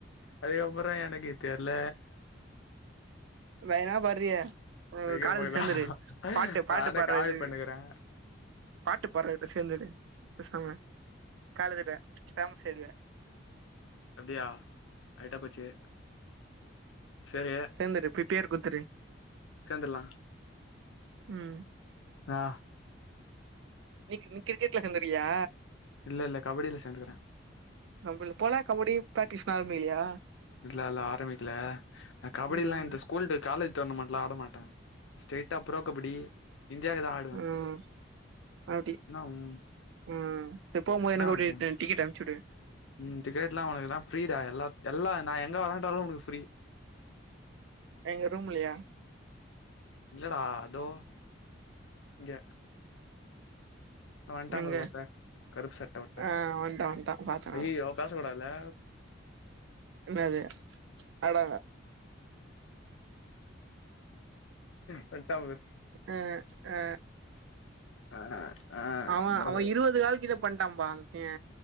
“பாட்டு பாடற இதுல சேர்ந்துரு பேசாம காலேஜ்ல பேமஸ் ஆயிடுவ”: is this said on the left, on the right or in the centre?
Right